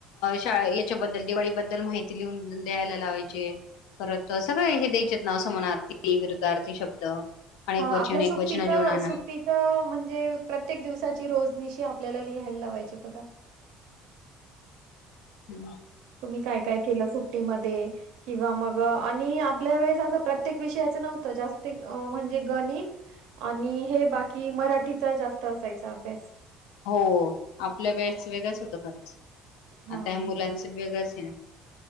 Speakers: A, on the left (about 85°); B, on the right (about 80°).
A: शाळा याच्याबद्दल दिवाळीबद्दल माहिती लिहून द्यायला लावायचे. परत सगळं हे द्यायचेत ना समानार्थी, विरुद्धार्थी शब्द. अनेक
B: हा
A: वचन
B: आपल्या
A: एक
B: सुट्टीच
A: वचन लिहून आणा
B: सु तिचं म्हणजे प्रत्येक दिवसाची रोजनिशी आपल्याला लिहायला लावायचे बघा. <unintelligible>
A: हम्म.
B: तुम्ही काय, काय केलं सुट्टीम किंवा मग आणि आपल्या वेळेस प्रत्येक विषयाचं नव्हतं जास्त अ म्हणजे ग णित आणि हे बाकी मराठीचा जास्त असायचा अभ्यास.
A: हो आपल्या वेळेच वेगळंच होत खरंच.
B: हां,
A: आता ह मुलांचं वेगळंच है ना?